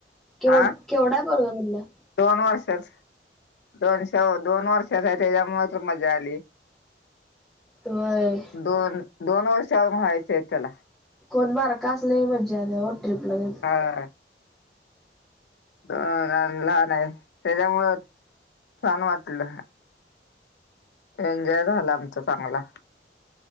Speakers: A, in the centre; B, on the left (about 75°).
A: केव
B: आ
A: केवढा आहे पोरग म्हटलं?
B: दोन वर्षाचं, दोन शव दोन वर्षाच आहे त्याच्यामुळे त मजा आली.
A: व्हय.
B: दोन, दोन वर्ष अजून व्हायचे आहे त्याला.
A: कोण बारा कास लई मजा येते हो ट्रिपला गेल
B: <unintelligible> अ अन लहान आहे. त्याच्यामुळं छान वाटलं. एन्जॉय झाला आमचा चांगला.